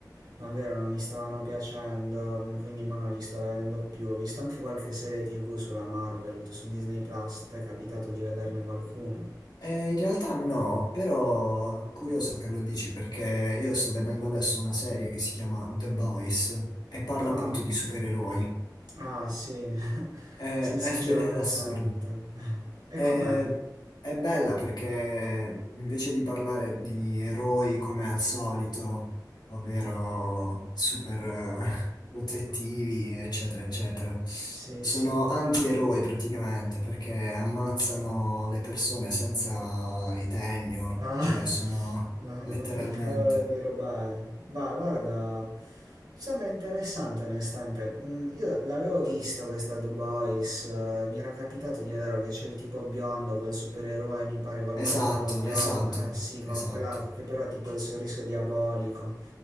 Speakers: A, on the right (about 75°); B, on the left (about 75°).
A: Davvero non mi stavano piacendo, mm, quindi mo non li sto vedendo più. Ho visto anche qualche serie TV sulla Marvel, su Disney Plus, ti è capitato di vederne qualcuno?
B: Eh, in realtà no, però curioso che lo dici perché io sto vedendo adesso una serie che si chiama The Boys e parla
A: Ah,
B: appunto di supereroi.
A: ah sì, <laughs>
B: Eh,
A: sì
B: È,
A: sì ce
B: be-
A: l'ho
B: è
A: presente.
B: assurdo.
A: E
B: È,
A: com'è?
B: è bella perché invece di parlare di eroi come al solito, ovvero super eh, protettivi, eccetera, eccetera,
A: Sì
B: sono
A: sì.
B: antieroi praticamente perché ammazzano le persone senza ritegno,
A: Ah,
B: cioè
A: <laughs>
B: sono
A: ma,
B: letteralmente.
A: ma che cavolo di roba è? Ma guarda, Sembra interessante onestamente. Mm, Io l'avevo vista questa The Boys, eh, mi era capitato di vedere che c'è il tipo biondo, quel supereroe mi pare col
B: Esatto,
A: mantello biondo,
B: esatto,
A: eh sì, con
B: esatto.
A: quella che però ha tipo il sorriso diabolico.